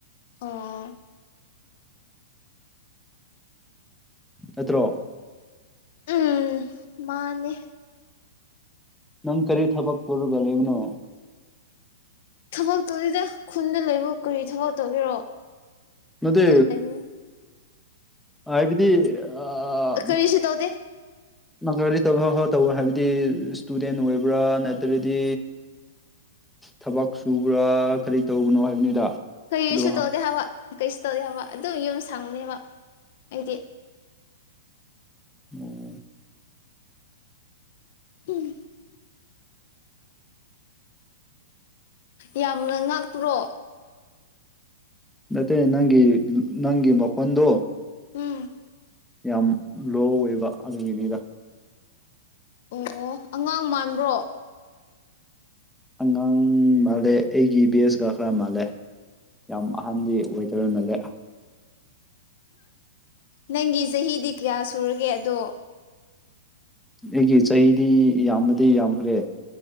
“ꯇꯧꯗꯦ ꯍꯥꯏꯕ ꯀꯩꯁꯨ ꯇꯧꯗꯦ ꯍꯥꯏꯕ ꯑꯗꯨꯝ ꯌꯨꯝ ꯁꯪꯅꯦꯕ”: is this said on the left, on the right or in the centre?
Left